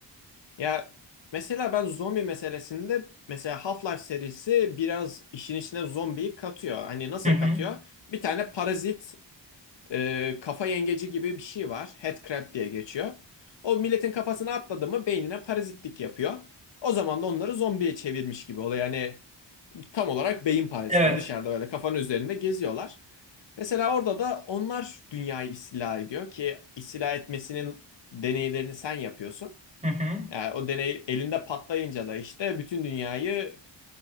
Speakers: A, on the left; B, on the right.
A: Ya mesela ben zombi meselesinde mesela Half-Life serisi biraz işin içine zombiyi katıyor. Hani nasıl
B: Hı hı.
A: katıyor? Bir tane parazit e, kafa yengeci gibi bir şey var. Headcrab diye geçiyor. O milletin kafasına atladı mı beynine parazitlik yapıyor. O zaman da onları zombiye çevirmiş gibi oluyor. Yani tam olarak beyin paraziti
B: Evet.
A: dışarıda öyle kafanın üzerinde geziyorlar. Mesela orada da onlar dünyayı istila ediyor ki istila etmesinin deneylerini sen yapıyorsun.
B: Hı hı.
A: Yani o deney elinde patlayınca da işte bütün dünyayı